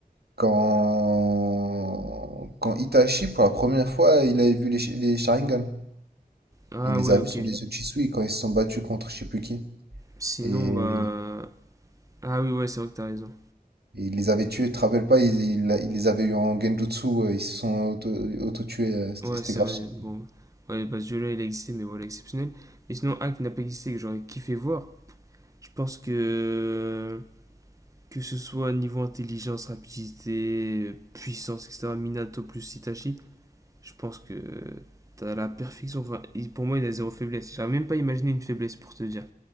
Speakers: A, on the right; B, on the right.
A: quand... quand Itachi, pour la première fois, il avait vu les, Shi- les Sharingan.
B: Ah
A: Il les
B: ouais,
A: a
B: ok.
A: vus sur les yeux de Shisui quand ils se sont battus contre je sais plus qui.
B: Sinon,
A: Et,
B: bah... Ah oui, ouais, c'est vrai que t'as raison.
A: et il les avait tués, tu te rappelles pas, il, il- il les avait eu en Genjutsu, euh, ils se sont auto, auto tués c'était
B: Ouais,
A: c'était
B: c'est
A: grave.
B: vrai,
A: stylé.
B: bon. Ouais, bah ce duo-là, il a existé, mais voilà, exceptionnel. Mais sinon, un qui n'a pas existé, que j'aurais kiffé voir, je pense que... que ce soit niveau intelligence, rapidité, puissance, etc. Minato plus Itachi, je pense que t'as la perfection. Enfin, il- pour moi, il a zéro faiblesse. J'arrive même pas à imaginer une faiblesse pour te dire.